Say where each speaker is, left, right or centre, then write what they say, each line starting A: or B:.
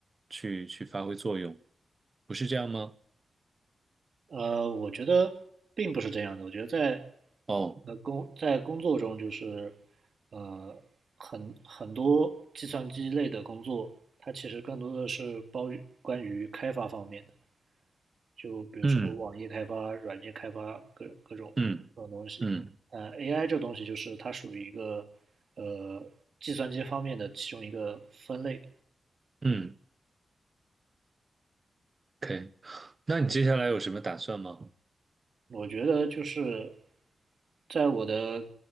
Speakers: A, on the right; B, on the right.
A: 去去发挥作用，不是这样吗？
B: 呃，我觉得并不是这样的。我觉得在
A: 哦，
B: 那工在工作中，就是呃很很多计算机类的工作，它其实更多的是包于关于开发方面的，就比如说网页开发、
A: 嗯
B: 软件开发各各种各种东西。
A: 嗯嗯
B: 呃，AI 这东西就是它属于一个呃计算机方面的其中一个分类。
A: 嗯，OK。那你接下来有什么打算吗？
B: 我觉得就是在我的